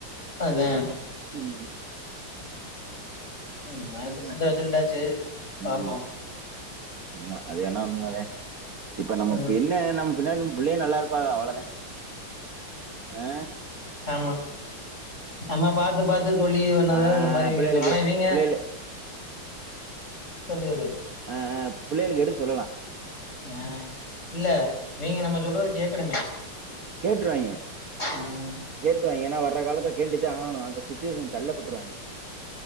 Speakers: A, on the left; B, on the right.
A: அதா
B: ம் உ
A: ம் நா எது செஞ்ச வச்சுகிட்டாச்சு பாப்போ
B: ம், ஆமா அது வேணா உண்மதா இப்ப நம்ம
A: ம்
B: பின்ன நம் பின்னடி நம்ம பிள்ளைய நல்லா இருப்பாக அவ்வளதா அ
A: ஆம்மா நம்ம பாத்து பாத்து சொல்லி பண்ணத
B: ஆஹ்
A: இந்த மாரி இவிங்கே
B: பிள்ளைகளுக்கு
A: ரேஞ்சு வரும் ஆனா இவிங்கே.
B: பிள்ளைகள்
A: சொல்லு ல்லு
B: அ அ புள்ளைகளுக் எடுத்து சொல்லலா
A: ஆ இல்ல நீங்க நம்ம சொல்றத கேக்கணுமே
B: கேட்டுருயங்க
A: ம்
B: கேட்டுவாங்க ஏன்னா வர்ற காலத்துக் கேட்டு தா ஆகணும் அந்த சுத் ஜியோசிம். தள்ளப்பட்டுருவாங்க